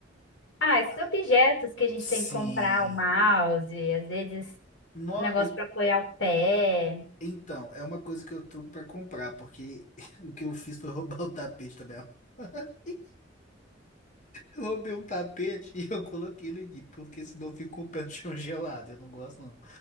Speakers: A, on the left; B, on the left.
A: Ah, esses
B: ah,
A: objetos que a gente
B: sim,
A: tem que comprar, o mouse, às vezes
B: no,
A: um negócio
B: e-
A: para apoiar o pé.
B: então, é uma coisa que eu tô pra comprar, porque <laughs> o que eu fiz foi roubar o tapete da minha <laughs> Eu roubei um tapete e eu coloquei ele aqui, porque senão fica com o pé no chão gelado, eu não gosto não.